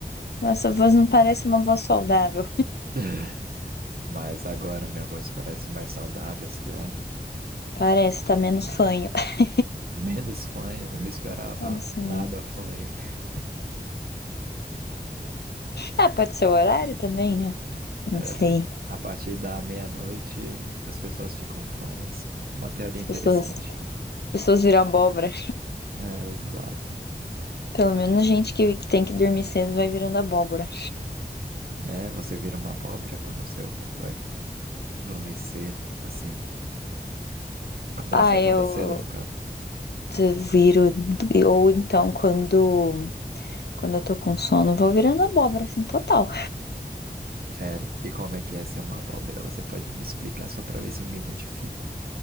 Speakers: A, on the left; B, on the right.
A: essa voz não parece uma voz saudável.
B: <laughs> Mas agora minha voz parece mais saudável, sei lá.
A: Parece, tá menos fanho. <laughs>
B: Menos fanho, eu esperava
A: Ah, não sei.
B: nada fanho. <laughs>
A: Ah, pode ser o horário também, né? Não
B: É verdade.
A: sei.
B: A partir da meia-noite, as pessoas ficam fanhas. Uma teoria
A: As
B: interessante.
A: pessoas, as pessoas viram abóbora.
B: É, exato.
A: Pelo menos gente que, que tem que dormir cedo vai virando abóbora.
B: Né? Você vira uma abóbora quando você vai dormir cedo, assim. Quando
A: Ah,
B: você acorda
A: eu
B: cedo, no caso.
A: eu viro. Ou então, quando, quando eu tô com sono, vou virando abóbora, assim, total.
B: Sério. E como é que é ser uma abóbora? Você pode me explicar só pra ver se eu me identifico?